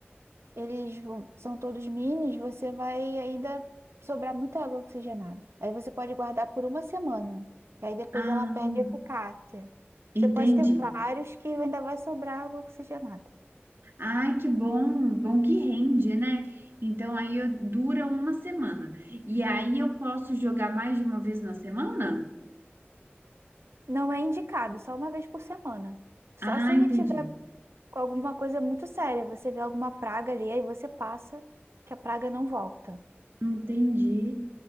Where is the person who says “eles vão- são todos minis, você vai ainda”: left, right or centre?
Right